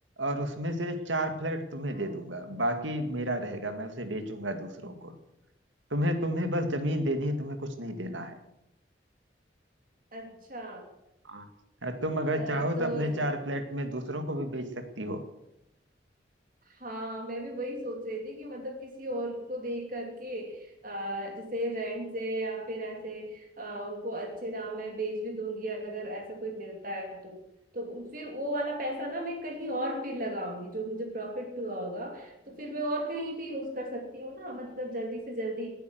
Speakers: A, on the right; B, on the right.
A: और उसमें से चार फ्लैट तुम्हें
B: हाँ
A: दे दूंगा बाकी मेरा रहेगा मैं उसे बेचूंगा दूसरों को तुम्हें तुम्हें बस जमीन देनी है तुम्हें कुछ नहीं देना है
B: अच्छा
A: हाँ अ, तुम
B: अ,
A: अगर चाहो
B: तो
A: तो अपने
B: ये
A: चार फ्लैट में दूसरों को भी बेच सकती हो
B: हाँ मैं भी वही सोच रही थी कि मतलब किसी और को देख करके अ, जैसे रेंट से या फिर ऐसे अ, उनको अच्छे दाम में बेच भी दूंगी अगर ऐसा कोई मिलता है तो तो फिर वो वाला पैसा ना मैं कहीं और फिर लगाऊंगी जो मुझे प्रॉफिट हुआ होगा तो फिर मैं और कहीं भी यूज कर सकती हूँ ना मतलब जल्दी से जल्दी